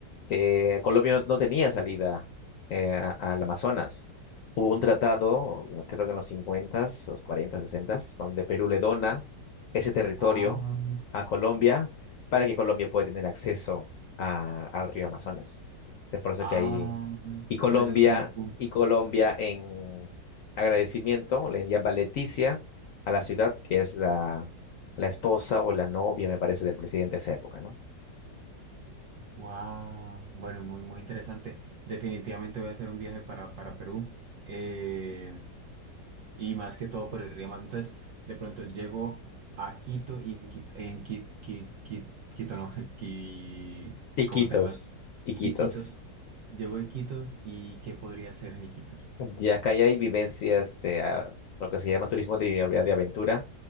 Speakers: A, on the left (about 70°); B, on the right (about 70°).
A: eh, Colombia no, no tenía salida eh, a- al Amazonas. Hubo un tratado, creo que en los 50 los 40s, donde Perú le dona ese territorio
B: Ah,
A: a Colombia para que Colombia pueda tener acceso a- al río Amazonas. Es por eso
B: ah,
A: que ahí, y Colombia,
B: por eso es como un punto.
A: y Colombia en agradecimiento le llama Leticia a la ciudad, que es la, la esposa o la novia, me parece, del presidente de esa época, ¿no?
B: Wow, bueno, es muy, muy interesante. Definitivamente voy a hacer un viaje para, para Perú eh, y más que todo por el río Mata. Entonces, de pronto llego a Quito y en Quito, en Qui- Qui- Qui- Quito, no, <laughs> Qui-
A: Iquitos,
B: ¿cómo se llama?
A: Iquitos.
B: Iquitos. Llego a Iquitos y ¿qué podría hacer en Iquitos?
A: Ya acá ya hay vivencias de ah, lo que se llama turismo de, av- de aventura.